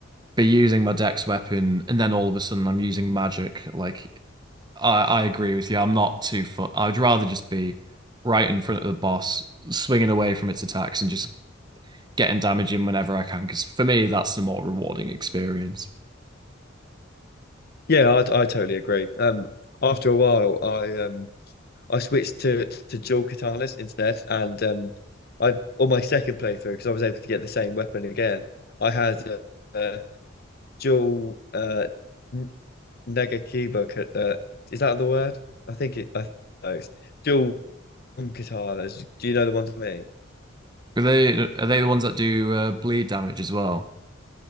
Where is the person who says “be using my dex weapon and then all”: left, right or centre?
Right